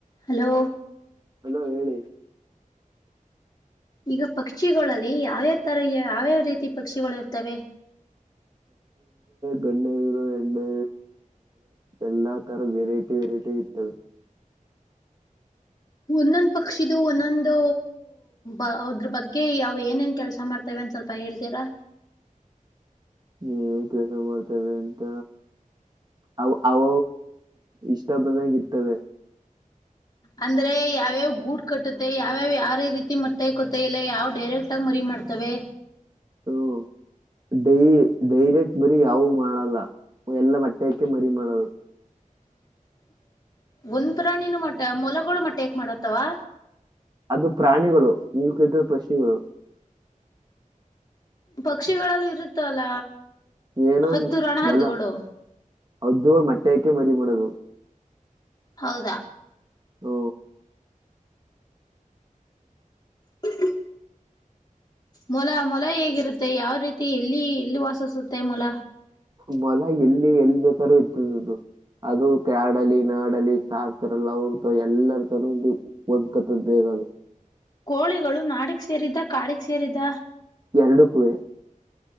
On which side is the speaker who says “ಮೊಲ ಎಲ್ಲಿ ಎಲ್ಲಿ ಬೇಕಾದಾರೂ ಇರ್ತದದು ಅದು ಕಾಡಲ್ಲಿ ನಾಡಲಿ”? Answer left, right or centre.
Right